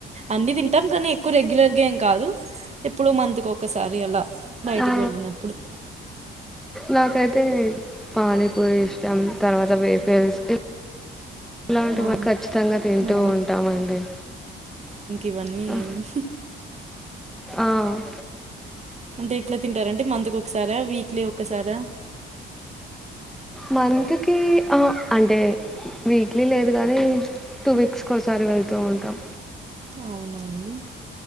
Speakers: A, on the right (about 35°); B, in the centre.
A: అన్నిీ తింటాం కానీ ఎక్కువ రెగ్యులర్గా ఏం కాదు ఎప్పుడ మంత్ కి ఒకసారి అలా బయటికి
B: ఆ
A: వెళ్ళినప్పుడు,
B: నాకైతే పానీపూరి ఇష్టం తర్వాత వేఫల్స్ ఇలాంటివ
A: అవును
B: ఖచ్చితంగా తింటూ
A: ఆ,
B: ఉంటామండి.
A: ఇవ్వని
B: ఆ
A: ఏమో
B: ఆ!
A: అంటే ఎట్లా తింటారంటే మంత్ కి ఒకసారా, వీక్లీ ఒకసారా
B: మంత్ కి అంటే వీక్లీ లేదు కాని టూ వీక్స్కిసారి, వెళ్తూ ఉంటాం
A: అవునా అండి